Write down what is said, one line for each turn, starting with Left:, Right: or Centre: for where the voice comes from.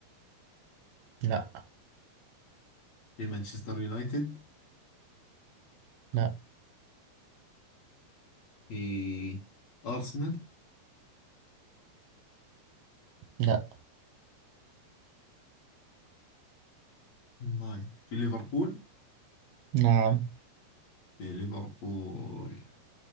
Right: لا
Left: في مانشستر يونايتد
Right: لا
Left: في أرسنال
Right: لا
Left: ناين في ليفربول
Right: نعم
Left: في ليفربول